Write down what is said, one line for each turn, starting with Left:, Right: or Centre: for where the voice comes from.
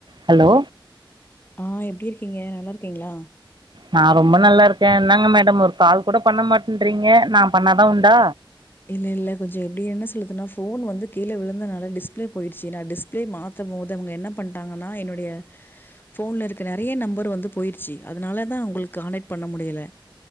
Right: hello
Left: ஆ எப்டி இருக்கிங்க நல்லா இருக்கிங்ளா
Right: நா ரொம்ப நல்லாருக்கே என்னங்க மேடம் ஒரு கால் கூட பண்ண மாட்டன்றிங்க நா பண்ணாதா உண்டா
Left: இல்ல இல்ல கொஞ்ச எப்டி என்ன சொல்றதுனா ஃபோன் வந்து கீழ விழுந்தனால டிஸ்ப்ளே போயிடுச்சு நா டிஸ்ப்ளே மாத்தனு அது அவுங்க என்ன பண்ட்டாங்கனா என்னுடைய ஃபோன்ல இருக்க நறைய நம்பர் வந்து போயிருச்சு அதனால தா உங்களுக்கு காண்டெக்ட் பண்ண முடியல